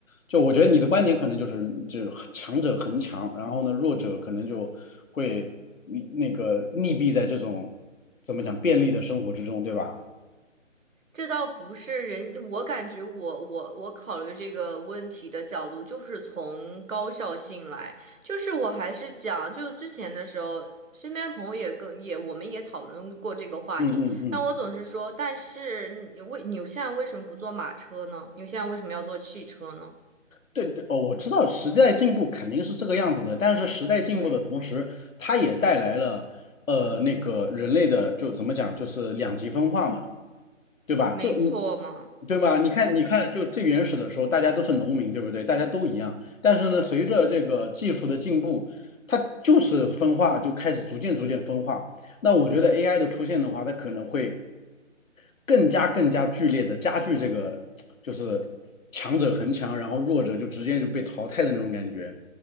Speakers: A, on the left; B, on the right.
A: 就我觉得你的观点可能就是就是强者恒强，然后呢弱者可能就会那那个溺毙在这种怎么讲便利的生活之中，对吧？
B: 这倒不是人，我感觉我我我考虑这个问题的角度就是从高效性来，就是我还是讲，就之前的时候，身边朋友也跟也我们也讨论过这个话题，
A: 嗯嗯嗯。
B: 但我总是说，但是你为你现在为什么不坐马车呢？你现在为什么要坐汽车呢？
A: 对对，哦，我知道时代进步肯定是这个样子的，但是时代进步的同时，
B: 对，
A: 它也带来了呃那个人类的就怎么讲，就是两极分化嘛，对吧？
B: 没错嘛。
A: 就你对吧？你看你看，就最原始的时候，大家都是农民，对不对？大家都一样，但是呢，随着这个技术的进步，它就是分化，就开始逐渐逐渐分化。那我觉得 AI 的出现的话，它可能会。更加更加剧烈的加剧这个就是强者恒强，然后弱者就直接就被淘汰的那种感觉